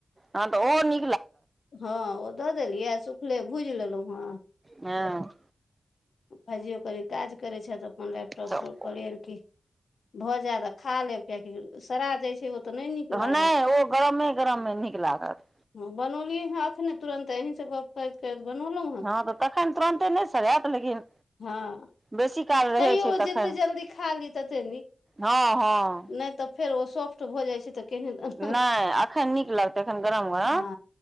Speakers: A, on the right; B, on the left.
A: हँ तऽ ओहो निक
B: हँ ओ दऽ देलियै, सुखले भुजि लेलहुँ हेँ।
A: हँ।
B: भायजियै ओ कर काज करै छैत अपन लैपटॉप
A: तऽ
B: पर, कहलियैन की भऽ जायत आ खा लेब। कआकि सरा जेई छै ओ तऽ नहि नीक लागत
A: नै ओ गरमे -गरमे नीक लागत।
B: हँ बनौलियै हँ अखने तुरन्ते, अहीं सँ गप करैत- करैत बनेलहुँ।
A: हँ तऽ तखन तुरन्ते नहि सरआयत लेकिन
B: हँ
A: बेसी काल रहै
B: तैयो
A: छै तखन,
B: जते जल्दी खा ली तते नीक
A: हँ -हँं।
B: नहि तऽ फेर ओ सॉफ्ट भऽ जाइत छै तऽ केहेनदन हंऽ
A: नहि एखन नीक लगतै एखन गरम गरम
B: आ